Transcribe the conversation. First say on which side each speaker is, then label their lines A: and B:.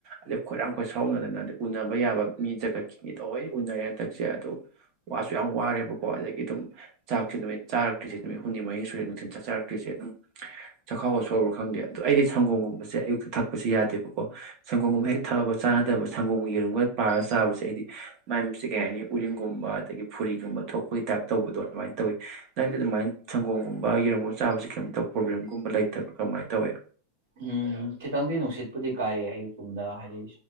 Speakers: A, on the right; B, on the right.
A: ꯑꯗꯩ ꯈꯣꯏꯔꯥꯡ ꯈꯣꯏꯁꯥꯎꯅꯗꯅ ꯑꯗ ꯎꯅꯕ ꯌꯥꯕ ꯃꯤ ꯖꯒꯠꯀꯤ ꯃꯤ ꯂꯣꯏ ꯎꯅꯔꯦ ꯍꯟꯗꯛꯁꯦ ꯑꯗꯣ ꯋꯥꯁꯨ ꯌꯥꯝ ꯋꯥꯔꯦꯕꯀꯣ ꯑꯗꯒꯤ ꯑꯗꯨꯝ ꯆꯥꯛꯁꯦ ꯅꯨꯃꯤꯠ ꯆꯥꯔꯛꯇ꯭ꯔꯤꯁꯦ ꯅꯨꯃꯤꯠ ꯍꯨꯝꯅꯤ ꯃꯔꯤꯅꯤ ꯁꯨꯔꯦ ꯅꯨꯡꯊꯤꯜ ꯆꯥꯛ ꯆꯥꯔꯛꯇ꯭ꯔꯤꯁꯦ ꯑꯗꯨꯝ ꯆꯥꯛꯈꯥꯎꯒ ꯁꯣꯛꯑꯕ꯭ꯔꯥ ꯈꯪꯗꯦ ꯑꯗꯣ ꯑꯩꯗꯤ ꯁꯪꯒꯣꯝꯒꯨꯝꯕꯁꯦ ꯑꯌꯨꯛꯇ ꯊꯛꯄꯁꯤ ꯌꯥꯗꯦꯕꯀꯣ ꯁꯪꯒꯣꯝꯒꯨꯝꯕ ꯍꯦꯛ ꯊꯛꯑꯕ ꯆꯥꯅꯗꯕ ꯁꯪꯒꯣꯝꯒ ꯌꯦꯔꯨꯝꯒ ꯄꯥꯔꯒ ꯆꯥꯕꯁꯦ ꯑꯩꯗꯤ ꯃꯥꯏꯁꯦ ꯀꯩ ꯍꯥꯏꯅꯤ ꯎꯔꯤꯡꯒꯨꯝꯕ ꯑꯗꯒꯤ ꯐꯨꯔꯤꯒꯨꯝꯕ ꯊꯣꯛꯄꯒꯤ ꯇꯥꯏꯞ ꯇꯧꯕꯗꯣ ꯑꯗꯨꯃꯥꯏꯅ ꯇꯧꯋꯤ ꯅꯪꯗꯤ ꯑꯗꯨꯃꯥꯏꯅ ꯁꯪꯒꯣꯝꯒꯨꯝꯕ ꯌꯦꯔꯨꯝꯒꯨꯝꯕ ꯆꯥꯕꯁꯤ ꯀꯝ ꯇꯧ ꯄ꯭ꯔꯣꯕ꯭ꯂꯦꯝꯒꯨꯝꯕ ꯂꯩꯇꯕ ꯀꯔꯃꯥꯏꯅ ꯇꯧꯋꯦ
B: ꯎꯝ ꯈꯤꯇꯪꯗꯤ ꯅꯨꯡꯁꯤꯠꯄꯨꯗꯤ ꯀꯥꯏꯌꯦ ꯑꯌꯨꯛ ꯄꯨꯝꯕꯗ ꯍꯥꯏꯗꯤ